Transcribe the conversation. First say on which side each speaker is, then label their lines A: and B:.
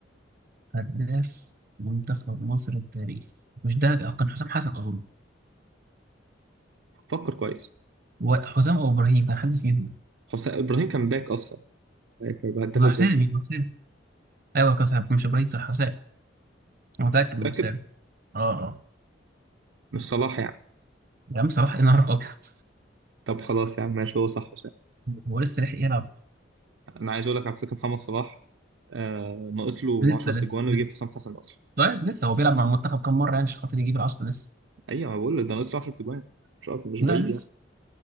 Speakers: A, on the right; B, on the right.
A: هداف منتخب مصر التاريخ مش ده آه، كان حسام حسن اظن
B: فكر كويس
A: و- حسام او ابراهيم كان حد فيهم
B: حسين ابراهيم كان باك اصلا باك هيبقى هداف
A: يبقى
B: ازاي
A: حسام يبقى حسام ايوه كان صح مش ابراهيم صح حسام انا متاكد انه
B: متأكد
A: حسام اه اه
B: مش صلاح يعني
A: يا عم صلاح ايه نهارك ابيض
B: طب خلاص يا عم ماشي هو صح
A: هو لسه لحق يلعب
B: انا عايز اقول لك على فكره محمد صلاح آه ناقص له
A: لسه
B: 10 تجوان
A: لسه لسه
B: ويجيب حسام حسن اصلا
A: طيب لسه هو بيلعب مع المنتخب كام مره يعني عشان خاطر يجيب العشرة لسه
B: ايوه ما بقول لك ده ناقص له 10 تجوان مش أكتر- مش
A: لا
B: بعيد
A: لسه
B: يعني